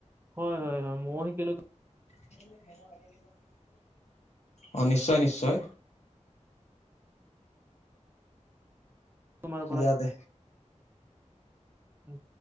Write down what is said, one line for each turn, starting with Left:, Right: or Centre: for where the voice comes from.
Right: হয় হয় হয় ময়ও শিকিলো।
Left: উ অ নিশ্চয় নিশ্চয়।
Right: তোমাৰ
Left: দিয়াতে
Right: উম।